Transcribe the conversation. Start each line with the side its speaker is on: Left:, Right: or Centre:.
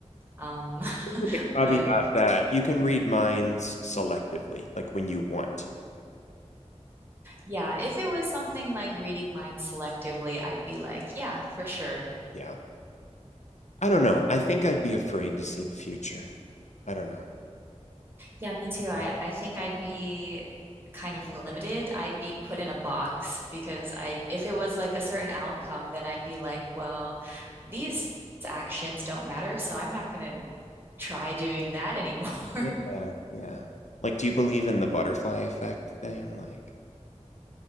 Right: Um, <laughs>
Left: With the caveat
Right: but
Left: that you can read minds selectively, like when you want to.
Right: yeah, if it was something like reading minds selectively, I'd be like, yeah, for sure.
Left: Yeah. I don't know. I think I'd be afraid to see the future. I don't know.
Right: Yeah, me too. I, I think I'd be kind of limited. I'd be put in a box because I, if it was like a certain outcome, then I'd be like, well, these actions don't matter, so I'm not going to try doing that anymore. <laughs>
Left: Yeah. Yeah, yeah. Like, do you believe in the butterfly effect thing? Like,